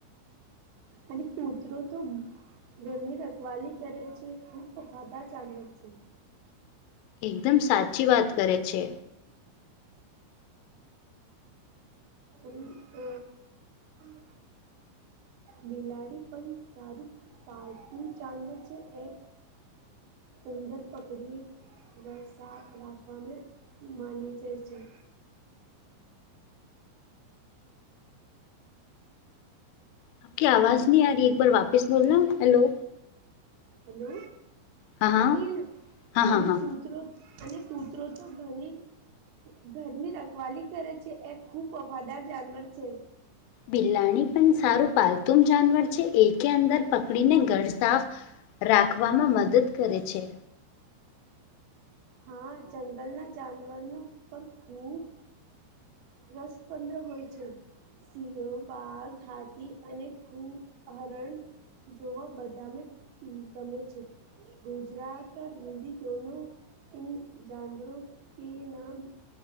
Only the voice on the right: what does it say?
અને કૂતરો તો ઘરની રખવાલી કરે છે ખૂબ વફાદાર જાનવર છે.
હમ તો <unintelligible> બિલાડી પણ સારું પાલતુ જાનવર છે એ ઉંદર પકડી ઘર સાફ રાખવાનું માની જાય છે.
હેલો
આ રહી હે, ના
અને
કુતરો અને કૂતરો તો ઘરની ઘરની રખવાલી કરે છે એ ખૂબ વફાદાર જાનવર છે.
હા, જંગલના જાનવર પર ખૂબ રસપ્રદ હોય છે. સિંહ, વાઘ, હાથી અને ખૂબ હરણ. જોવા બધાને ગમે છે, ગુજરાતીમાં અને હિન્દીમાં બંને. હા, જાનવરોના નામ